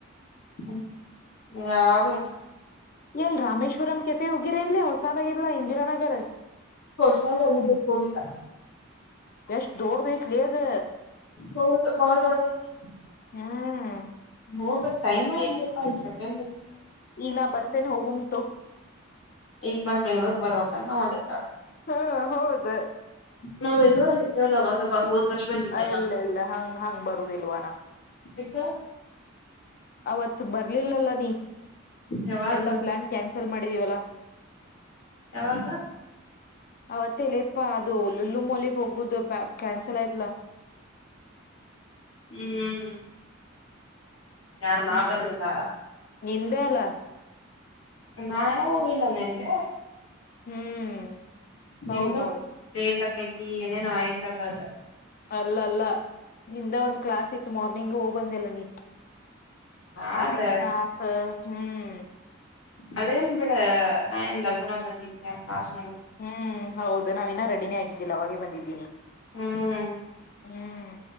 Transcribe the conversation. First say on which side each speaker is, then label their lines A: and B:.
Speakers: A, on the left (about 70°); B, on the left (about 45°).
A: ಹ್ಮ್ ಯಾವಾಗಾ
B: ಎಲ್ ರಾಮೇಶ್ವರಂ ಕೆಫೆ ಹೋಗಿರಿ ಅನ್ಲಿ ಹೊಸದಾಗಿಲ್ಲ ಇಂದಿರಾನಗರ್
A: ಹೊಸದಾಗಿದ್ದಕ್ಕೆ ಹೋಗಿಲ್ಲ
B: ಎಷ್ಟ್ ದೊಡ್ದ ಐತ್ಲಿ ಅದ
A: ಹೌದು ಬಾಳ ದೊಡ್ಡದಾಯಿತು
B: ಹ್ಮ್
A: ಹೋಗ್ ಬಟ್ ಟೈಮ ಇಲ್ಲೇಪ್ಪಾ ಈ ಸಕ್ಯ
B: ಈಗ ನಾ ಬರ್ತೇನೆ ಹೋಗುಮಂತು
A: ಈಗ ಬಂದ್ ಬೆಂಗ್ಳೂರ್ ಬರ್ವಕ ನಾವ್ ಅದಕ್ಕ
B: ಹಾ ಹೌದು
A: ನಾವು ಬೆಂಗ್ಳೂರ್ಂಗ ಇರ್ತೇವಲ್ಲ ಅವಾಗ ಬಾ ಹೋದ್ ವರ್ಷ ಬಂದಿದ್ಯಲ್ಲ
B: ಇಲ್ಲ
A: ಹಂಗ
B: ಇಲ್ಲ ಹಂಗ ಹಂಗ್ ಬರುದಿಲ್ವಾನ
A: ಏಕ
B: ಅವತ್ ಬರ್ಲಿಲ್ಲಲ್ಲ ನೀ
A: ಯಾವಾಗ
B: ಎಲ್ಲಾ ಪ್ಲಾನ್ ಕ್ಯಾನ್ಸಲ್ ಮಾಡಿದೀವಲ್ಲಾ
A: ಯಾವಾಗ
B: ಅವತ್ತಲೆ ಪ್ಪಾ ಅದು ಒಲ್ಲುಲ್ಲು ಮಲಗ್ ಹೋಗುದು ಪ ಕ್ಯಾನ್ಸಲ್ ಆಯ್ತ್ಲ
A: ಹ್ಮ್ ಯಾರ ನಾ
B: ಹ್ಮ್
A: ಬರ್ಲಿಲ್ಲ
B: ನಿಂದೆ ಅಲ್ಲ
A: ನಯಾ ಹೋಗಿಲ್ಲಂದಲ್ಲ
B: ಹ್ಮ್ ಹೌದ್
A: ನಿಮ್ಗ
B: ನೋಡು
A: ಲೇಟ್ ಆಕೈತಿ ಏನೇನ್ ಆಯ್ತಲ್ಲದ
B: ಅಲ್ಲ ಅಲ್ಲ ನಿಂದ ಒಂದ್ ಕ್ಲಾಸ್ ಇತ್ತು ಮಾರ್ನಿಂಗ್ ಹೋಗ್ಬಂದಲ್ಲ ನೀ
A: ಆದ
B: ಆಮ್ಯಾಗ ನ ಆತ ಹ್ಮ್
A: ಅದೇನ್ ಬಿಡ ನಾ ಏನ್ ಲಗುನ ಬಂದಿದ್ದೇಸ್
B: ಹ್ಮ್ ಹೌದು ನಾವ್ ಇನ್ನ ರೆಡಿನೇ ಆಗಿದ್ದಿಲ್ಲ ಅವಾಗೆ ಬಂದಿದ್ದೀನಿ
A: ಹ್ಮ್
B: ಹ್ಮ್